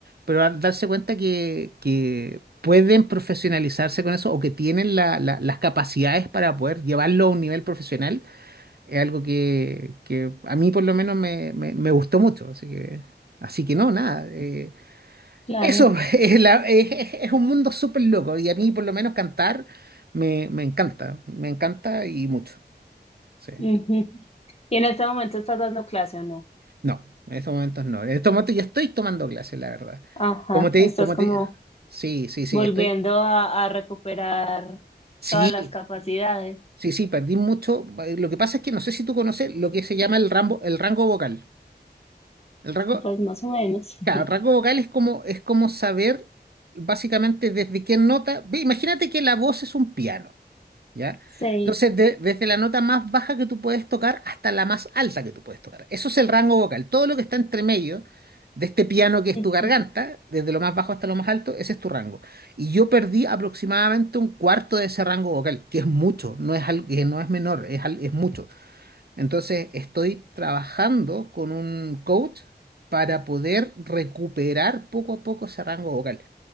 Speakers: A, on the right; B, on the left.
A: pero al darse cuenta que, que pueden profesionalizarse con eso o que tienen la- la- las capacidades para poder llevarlo a un nivel profesional, es algo que, que a mí por lo menos me, me- me gustó mucho. Así que, así que no, nada. eh,
B: Claro.
A: eso <laughs> es, la- es- es- es un mundo súper loco y a mí por lo menos cantar me me encanta, me encanta y mucho. Sí.
B: ujú. ¿Y en este momento estás dando clase o no?
A: No, en estos momentos no. En estos momentos yo estoy tomando clases, la verdad.
B: Ajá,
A: Como te,
B: estás
A: como
B: como
A: te. Sí, sí, sí,
B: volviendo
A: estoy.
B: a, a recuperar todas
A: Sí,
B: las capacidades.
A: sí, sí, perdí mucho. Eh, Lo que pasa es que no sé si tú conoces lo que se llama el rango, el rango vocal. El rango,
B: Pues más o menos. <laughs>
A: claro, el rango vocal es como, es como saber básicamente desde qué nota. ve, Imagínate que la voz es un piano. ¿Ya?
B: Sí.
A: Entonces, de- desde la nota más baja que tú puedes tocar hasta la más alta que tú puedes tocar. Eso es el rango vocal. Todo lo que está entre medio de este piano que es
B: Ujú.
A: tu garganta, desde lo más bajo hasta lo más alto, ese es tu rango. Y yo perdí aproximadamente un cuarto de ese rango vocal, que es mucho, no es, al- que no es menor, es, al- es mucho. Entonces, estoy trabajando con un coach para poder recuperar poco a poco ese rango vocal.